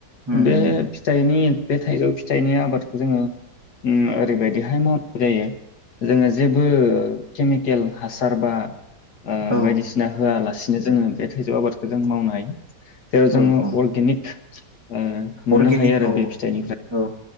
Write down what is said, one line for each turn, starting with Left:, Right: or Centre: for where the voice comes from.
Right: उम
Left: बे
Right: उम
Left: फिथाइनि बे थाइजौ फिथाइनि आबादखौ जोङो उम ओरैबायदिहाय मावनाय जायो जोङो जेबो केमिकेल हासार बा आ
Right: औ
Left: बायदिसिना होआलासे नो जोङो बे थाइजौ आबादखौ जों मावनाय। जेराव जोङो
Right: औ औ
Left: अर्गेनिक ओ मोननो
Right: अर्गेनिक
Left: हायो आरो
Right: औ
Left: बे फिथाइनिफ्राय
Right: औ